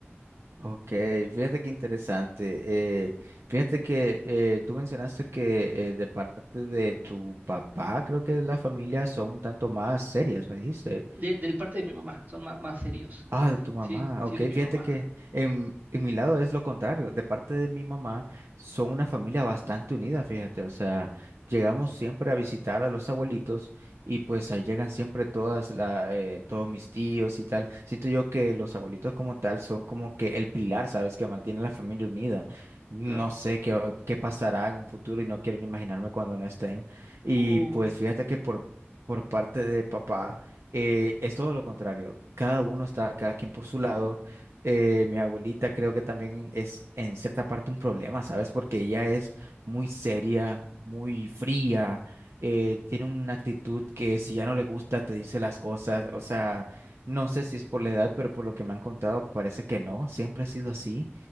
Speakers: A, on the right; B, on the right.
A: Ok, fíjate qué interesante. eh, fíjate que eh, tú mencionaste que eh, de parte de tu papá, creo que las familias son un tanto más serias, me dijiste.
B: De, del parte de mi mamá, son ma- más, serios.
A: Ah, de tu mamá.
B: Sí, sí,
A: Ok,
B: de mi
A: fíjate
B: mamá,
A: que en, en mi lado es lo contrario. De parte de mi mamá, son una familia bastante unida, fíjate. O sea, llegamos siempre a visitar a los abuelitos y pues ahí llegan siempre todas la, eh, todos mis tíos y tal. Siento yo que los abuelitos como tal son como que el pilar, ¿sabes? Que mantiene la familia unida. No
B: claro.
A: sé qué, va- qué pasará en un futuro y no quiero ni imaginarme cuando no estén. Y
B: Uy.
A: pues fíjate que por, por parte de papá eh, es todo lo contrario. Cada uno está, cada quien por su lado. Eh, mi abuelita creo que también es en cierta parte un problema, ¿sabes? Porque ella es muy seria, muy fría, eh, tiene una actitud que si ya no le gusta te dice las cosas. O sea, no sé si es por la edad, pero por lo que me han contado parece que no, siempre ha sido así.